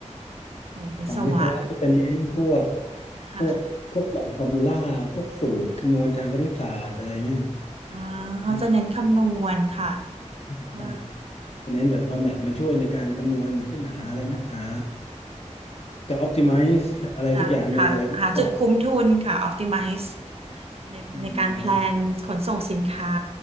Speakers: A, on the right; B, on the left.
A: โหวิศวะ
B: ของวิศวะก็จะเน้นพวก
A: ค่ะ
B: พวกพวกหลักฟอร์มูล่าพวกสูตรคำนวณทางคณิตศาสตร์อะไรเงี้ย
A: อ่าเขาจะเน้นคำนวณค่ะ
B: อืมใช่
A: ก็
B: จะเน้นแบบเอาแมทมาช่วยในการคำนวณเช่นหาอะไรนะหาจะ optimize อะไรสักอย่างหนึ่งอะไรก็
A: จะหาหาจุดคุ้มทุนค่ะ optimize ในในการแพลนขนส่งสินค้า
B: อืมอะไรเงี้ย